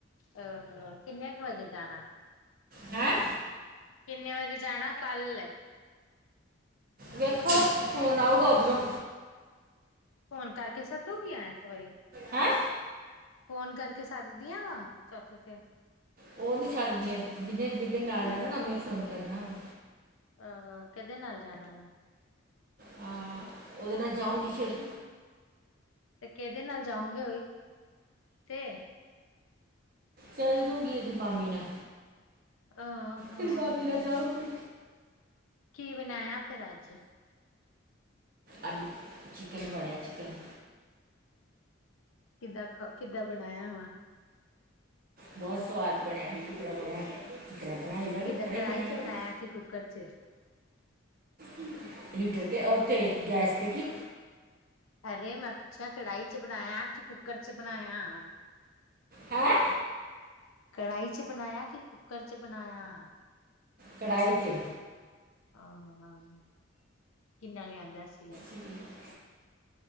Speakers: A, on the left; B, on the right.
A: ਅਹ ਕਿੰਨੇ ਵਜੇ ਜਾਣਾ?
B: ਹੈਂ!
A: ਕਿੰਨੇ ਵਜੇ ਜਾਣਾ, ਕੱਲ ਐ?
B: ਵੇਖੋ ਫੋਨ ਆਊਗਾ ਉੱਧਰੋਂ।
A: ਫੋਨ ਕਰਕੇ ਸੱਦੂਗੀ ਐਸ ਵਰੀ।
B: ਹੈਂ!
A: ਫੋਨ ਕਰਕੇ ਸੱਦਦੀਆਂ ਵਾਂ, ਚੌਥੇ ਤੇ
B: ਉਹ ਨੀ ਸਦਦੀਆਂ, ਜਿਹਨੇ ਜਿਹਦੇ ਨਾਲ ਜਾਣਾ ਨਾ, ਉਹਨੇ ਫੋਨ ਕਰਨਾ ਵਾ
A: ਆਹ ਹਾ, ਕਿਹਦੇ ਨਾਲ ਜਾਣਾ ਵਾ
B: ਹਾਂ, ਉਹਦੇ ਨਾਲ ਜਾਊਂਗੀ ਫੇਰ
A: ਤੇ ਕਿਹਦੇ ਨਾਲ ਜਾਊਗੇ ਉਈ--ਤੇ
B: ਚੱਲ ਜੂਗੀ, ਇਹਦੀ ਮਾਮੀ ਨਾਲ
A: ਆਂ ਹਾਂ
B: ਤੇਰੀ ਮਾਮੀ
A: ਗਿਆ
B: ਨਾਲ ਜਾਊਂਗੀ
A: ਕੀ ਬਣਾਇਆ ਫੇਰ ਅੱਜ
B: ਅੱਜ, ਚਿਕਨ ਬਣਿਆ ਚਿਕਨ
A: ਕਿੱਦਾਂ ਖਾ, ਕਿੱਦਾਂ ਬਣਾਇਆ ਵਾ
B: ਬਹੁਤ ਸੁਆਦ ਬਣਿਆ, ਕਿਤਰਾ ਬਣਿਆ ਜਿਤਰਾ ਬਣਾਈ ਦਾ,
A: ਕਿੱਦਾਂ
B: ਉਤਰਰਾ
A: ਕੜਾਹੀ
B: ਹੀ ਬਣਿਆ
A: ਚ ਬਣਾਇਆ
B: ਫਿਰ
A: ਕਿ ਕੁੱਕਰ ਚ
B: ਹਮ, ਹੀਟਰ 'ਤੇ ਉਥੇ ਗੈਸ 'ਤੇ ਕੀ
A: ਅਰੇ ਮੈਂ ਪੁੱਛਿਆ ਕੜਾਹੀ 'ਚ ਬਣਾਇਆ, ਕਿ ਕੁੱਕਰ 'ਚ ਬਣਾਇਆ
B: ਹੈਂ
A: ਕੜਾਹੀ 'ਚ ਬਣਾਇਆ, ਕਿ ਕੁੱਕਰ 'ਚ ਬਣਾਇਆ।
B: ਕੜਾਈ 'ਚ
A: ਆਹ-ਆਹ, ਕਿੰਨਾ ਲਿਆਂਦਾ ਸੀ ਅਸ
B: ਹਮਮ